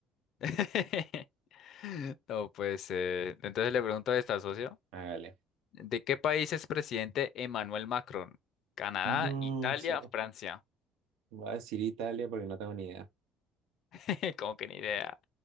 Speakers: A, on the left; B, on the right.
A: <laughs> No, pues, eh, entonces le pregunto a esta socio,
B: hágale.
A: ¿de qué país es presidente Emmanuel Macron? Canadá,
B: No,
A: Italia,
B: so-
A: Francia.
B: voy a decir Italia porque no tengo ni idea.
A: <laughs> Como que ni idea.